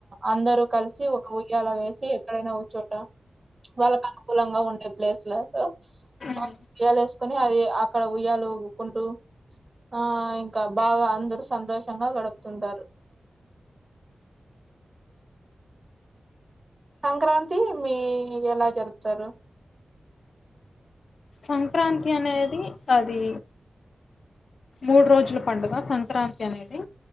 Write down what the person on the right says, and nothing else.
అందరూ కలిసి ఒక ఉయ్యాల వేసి ఎక్కడైనా ఓచోట వాళ్ళకి అనుకూలంగా ఉండే ప్లేస్లో ఆ
ఉయ్యాల వేసుకుని అయి అక్కడ ఉయ్యాల ఊకుంటూ ఆ ఇంకా బాగా అందరూ సంతోషంగా గడుపుతుంటారు సంక్రాంతి మీ ఎలా జరుపుతారు